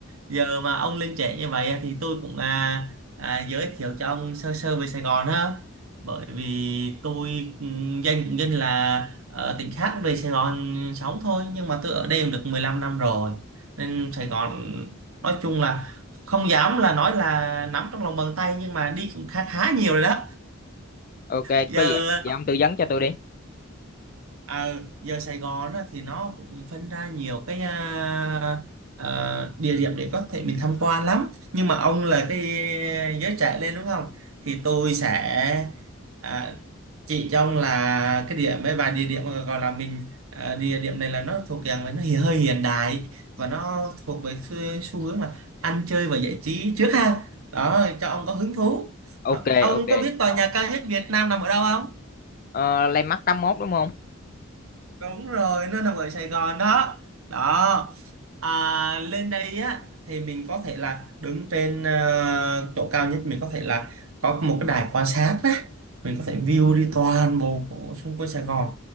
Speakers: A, on the right; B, on the left.
A: giờ mà ông lên trễ như vậy thì tôi cũng à, à, giới thiệu cho ông sơ sơ về Sài Gòn ha bởi vì tôi ừm, danh cũng danh là ở tỉnh khác về Sài Gòn sống thôi nhưng mà tôi ở đây cũng được 15 năm rồi nên Sài Gòn nói chung là không dám là nói là nắm trong lòng bàn tay nhưng mà đi cũng khá khá nhiều rồi đó
B: Ok,
A: giờ
B: có gì, vậy ông tư vấn cho tôi đi.
A: à, giờ Sài Gòn á, thì nó cũng phân ra nhiều cái à, à, địa điểm để có thể mình tham quan lắm nhưng mà ông là cái giới trẻ lên đúng không thì tôi sẽ à, chỉ cho ông là cái điểm mấy vài địa điểm mà gọi là mình à, địa điểm này là nó thuộc dạng là nó hiện hơi hiện đại và nó thuộc về xu, xu hướng là ăn chơi và giải trí trước ha đó cho ông có hứng thú
B: Ok,
A: đó. ông
B: ok.
A: có biết tòa nhà cao nhất Việt Nam nằm ở đâu không
B: Ờ, Landmark tám mốt đúng không?
A: đúng rồi nó nằm ở Sài Gòn đó đó à, lên đây á thì mình có thể là đứng trên ờ, chỗ cao nhất mình có thể là có một cái đài quan sát á mình có thể view đi toàn bộ của xung quanh Sài Gòn